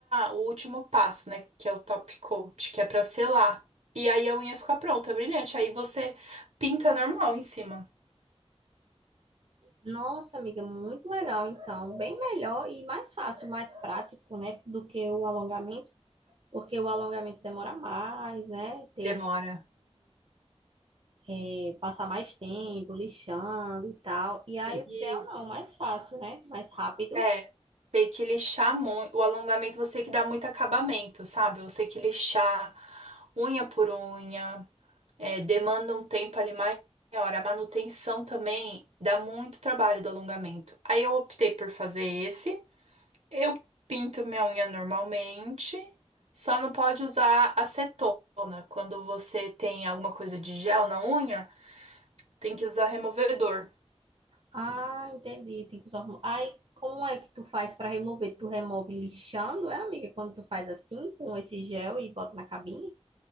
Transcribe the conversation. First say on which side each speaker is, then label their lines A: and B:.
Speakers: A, on the right; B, on the right.
A: o último passo, né? Que é o top coat, que é pra selar. E aí a unha fica pronta, brilhante. Aí você pinta normal em cima.
B: Nossa, amiga, muito legal. Então, bem melhor e mais fácil, mais prático, né, do que o alongamento, porque o alongamento demora mais, né? Teria
A: Demora.
B: que é, passar mais tempo lixando e tal. E aí
A: e-
B: o gel não, mais fácil, né? Mais rápido.
A: é, tem que lixar muito. O alongamento você tem que dar muito acabamento, sabe? Você tem que lixar unha por unha. é, demanda um tempo ali maior. A manutenção também dá muito trabalho do alongamento. Aí eu optei por fazer esse. Eu pinto minha unha normalmente, só não pode usar acetona. Quando você tem alguma coisa de gel na unha, tem que usar removedor.
B: Ah, entendi. Tem que usar. hormônio. Aí, como é que tu faz para remover? Tu remove lixando, é, amiga? Quando tu faz assim com esse gel e bota na cabinha?